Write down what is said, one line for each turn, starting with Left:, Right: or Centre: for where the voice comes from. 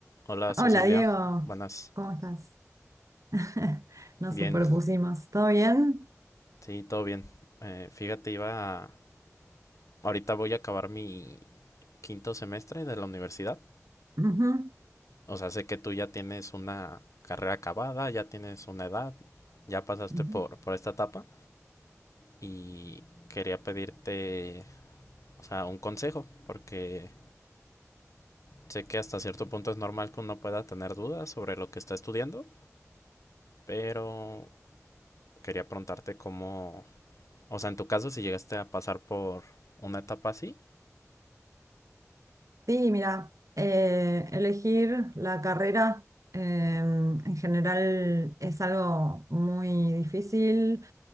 Left: Hola Cecilia,
Right: Hola Diego,
Left: buenas.
Right: ¿cómo estás? <laughs> Nos
Left: Bien,
Right: superpusimos, ¿todo bien?
Left: sí, todo bien. Eh, fíjate, iba a- Ahorita voy a acabar mi quinto semestre de la universidad.
Right: Ujú,
Left: O sea, sé que tú ya tienes una carrera acabada, ya tienes una edad, ya pasaste
Right: ujú.
Left: por, por esta etapa y quería pedirte, o sea, un consejo, porque sé que hasta cierto punto es normal que uno pueda tener dudas sobre lo que está estudiando, pero quería preguntarte cómo, O sea, en tu caso, si llegaste a pasar por una etapa así.
Right: Sí, mira, eh, elegir la carrera eh, en general es algo muy difícil,